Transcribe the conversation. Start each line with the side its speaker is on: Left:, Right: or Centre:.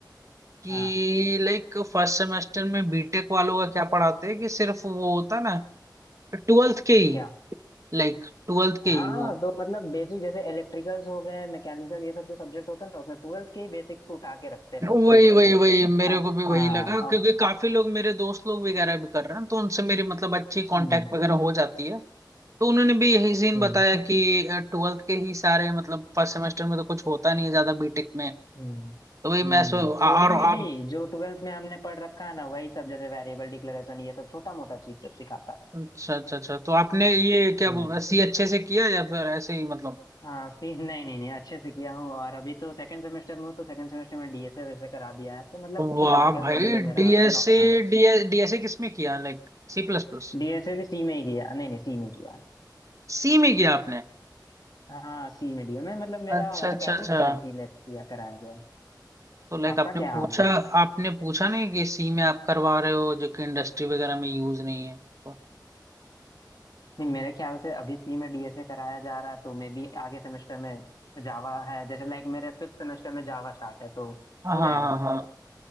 Right: कि
Left: हाँ
Right: लाइक फर्स्ट सेमेस्टर में बीटेक वालों का क्या पढ़ाते हैं कि सिर्फ वो होता है ना ट्वेल्थ के ही
Left: क्या
Right: लाइक ट्वेल्थ के ही
Left: हाँ
Right: वो
Left: तो मतलब बेसिक जैसे इलेक्ट्रिकल्स हो गए मैकेनिकल ये सब जो सब्जेक्ट होते हैं ना उसमें ट्वेल्थ के ही बेसिक्स को उठा के रखते हैं
Right: वही
Left: फर्स्ट सेमेस्टर
Right: वही
Left: में
Right: वही मेरे
Left: और
Right: को भी वही
Left: हाँ
Right: लगा क्योंकि
Left: और
Right: काफी लोग मेरे दोस्त लोग वगैरह भी कर रहे हैं तो उनसे मेरी मतलब अच्छी कांटेक्ट
Left: हम्म
Right: वगैरह हो जाती है तो उन्होंने भी यही सीन
Left: हम्म
Right: बताया कि ट्वेल्थ के ही सारे मतलब फर्स्ट सेमेस्टर में तो कुछ होता नहीं है ज्यादा बीटेक में
Left: हम्म
Right: तो वही
Left: हम्म
Right: मैं सो और
Left: कोडिंग
Right: आप
Left: में भी जो ट्वेल्थ में हमने पढ़ रखा है ना वही सब जैसे वेरिएबल डिक्लेरेशन ये सब छोटा मोटा चीज सब सिखाता है
Right: अच्छा अच्छा अच्छा तो आपने ये क्या
Left: हम्म
Right: बोल सी अच्छे से किया या फिर ऐसे ही मतलब
Left: हाँ सी नहीं नहीं नहीं अच्छे से किया हूँ और अभी तो सेकंड सेमेस्टर में हूँ तो सेकंड सेमेस्टर में डीएसए वैसे करा दिया है तो मतलब ठीक
Right: वाह
Left: ठाक है
Right: भाई
Left: कोडिंग में मेरा
Right: डीएसए
Left: नौ- हाँ
Right: डीएस डीएसए किस में किया like C plus plus
Left: डीएसए भी सी में ही किया नहीं नहीं सी में किया है।
Right: C में किया आपने
Left: हाँ सी में दिया मैं मतलब मेरा
Right: अच्छा अच्छा
Left: एकेडमिक्स
Right: अच्छा
Left: ही सी में किया कराया गया है।
Right: तो लाइक
Left: आपका
Right: आपने
Left: क्या
Right: पूछा
Left: हाल है
Right: आपने पूछा नहीं कि सी में आप करवा रहे हो जो कि इंडस्ट्री वगैरह में यूज नहीं है तो
Left: नहीं मेरे ख्याल से अभी सी में डीएसए कराया जा रहा है तो मे भी आगे सेमेस्टर में जावा है जैसे लाइक मेरे फिफ्थ सेमेस्टर में जावा स्टार्ट है तो
Right: हाँ
Left: हो
Right: हाँ
Left: जाएगा
Right: हाँ